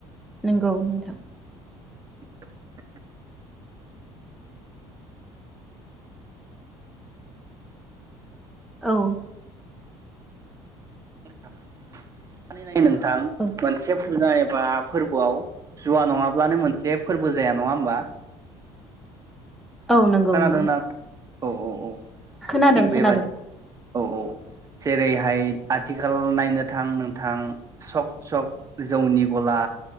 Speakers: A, in the centre; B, on the right.
A: नोंगौ नोंथां
B: <inaudible>
A: औ
B: <inaudible> <inaudible> थां
A: औ
B: मोनसे फुजा एबा फोरबोआव जुवा नङाब्लानो मोनसे फोरबो जाया नङा होमबा
A: औ नंगौ
B: खोनादोंना
A: नंगौ
B: औ औ औ
A: खोनादों
B: थिग बेबादि
A: खोनादों
B: औ औ जेरैहाय आथिखाल नायनो थां नोंथां सक सक जौनि गला